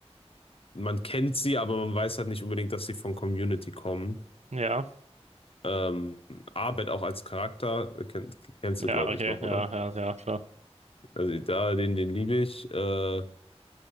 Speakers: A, on the left; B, on the right.
A: man kennt sie, aber man weiß halt nicht unbedingt, dass sie von Community kommen.
B: ja,
A: Ähm, Abed auch als Charakter, äh, kenn, kennst
B: ja,
A: du, glaube
B: okay,
A: ich, noch,
B: ja,
A: oder?
B: ja, ja, klar.
A: Also da, den, den liebe ich. Äh,